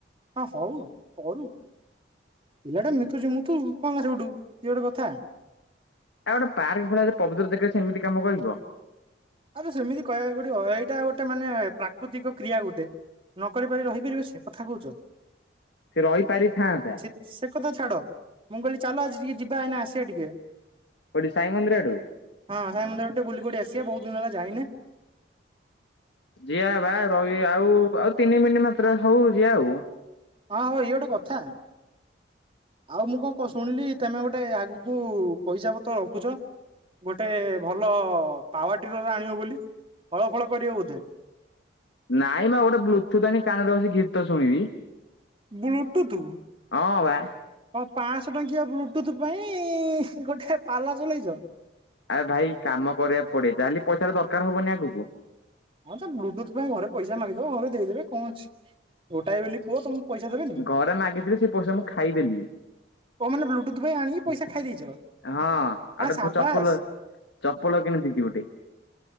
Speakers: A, on the right (about 30°); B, on the left (about 75°).
A: ହଁ ହଉ କରୁ। ପିଲାଟା ମିତୁଛି ମୁତୁ କଣ ସେଇଠୁ ଇଏ ଗୋଟେ କଥା।
B: ଆଉ ଗୋଟେ ପାର୍କ ଭଳିଆ ପବିତ୍ର ଜାଗାରେ ସେ ଏମିତି କାମ କରିବ।
A: ଆଉ ସେମିତି କହିବାକୁ ପଡିବ ଏଇଟା ଗୋଟେ ମାନେ ପ୍ରାକୃତିକ କ୍ରିୟା ଗୋଟେ। ନ କରି ପାରି ରହିପାରିବ ସିଏ କଥା କହୁଚ।
B: ସିଏ ରହିପାରିଥାନ୍ତା।
A: ସେ କଥା ଛାଡ, ମୁଁ କହିଲି ଚାଲ ଆଜି ଟିକେ ଯିବା ଏଇନା ଆସିବା ଟିକେ।
B: କୋଠି ସାଇ ମନ୍ଦିର ଆଡୁ।
A: ହଁ ସାଇ ମନ୍ଦିର ଆଡୁ ବୁଲିିପଡି ଆସିବା ବହୁତ ଦିନ ହେଲା ଯାଇନେ।
B: ଜିଆ ବା ରହ ଆଉ ଆଉ ତିନି ମିନିଟ୍ ମାତ୍ର ହଉ ଯିଆ ଆଉ।
A: ହଁ ହଉ ଇଏ ଗୋଟେ କଥା। ଆଉ ମୁଁ କଣ କ ଶୁଣିଲି ତେମେ ଗୋଟେ ଆଗୁକୁ ପଇସା ପତ୍ର ରଖୁଚ। ଗୋଟେ ଭଲ ପାୱରଟିରର ଆଣିବ ବୋଲି ହଳ ଫଳ କରିବ ବୋଧେ?
B: ନାଇଁ ମା ଗୋଟେ ବ୍ଲୁଟୁଥ ଆଣି କାନରେ ବସି ଗୀତ ଶୁଣିବି।
A: ବ୍ଲୁଟୁତୁ?
B: ହଁ ବା
A: ହଁ ପାଞ୍ଚଶହ ଟଙ୍କିଆ ବ୍ଲୁଟୁଥ ପାଇଁ ଗୋଟେ ପାଲା ଚଲେଇଚ।
B: ଆରେ ଭାଇ କାମ କରିବାକୁ ପଡେ ଯାଲି ପଇସା ଟା ଦରକାର ହବନି ଆଗକୁ।
A: ହଁ ତ ବ୍ଲୁଟୁଥ୍ ପାଇଁ ଘରେ ପଇସା ମାଗିଦବ ଘରେ ଦେଇଦେବେ କଁ ଅଛି। ଗୋଟାଏ ବୋଲି ପୁଅ ତମକୁ ପଇସା ଦେବେନି।
B: ଘରେ ମାଗିଥିଲେ ସେ ପଇସା ମୁଁ ଖାଇଦେଲି
A: ଓ ମାନେ ବ୍ଲୁଟୁଥ ପାଇଁ ଆଣି ପଇସା ଖାଇ ଦେଇଛ।
B: ହଁ
A: ଆ
B: ଆଟେ
A: ସାବାସ୍
B: ଚପଲ ଚପଲ କିଣିଥିଲି ଗୋଟେ।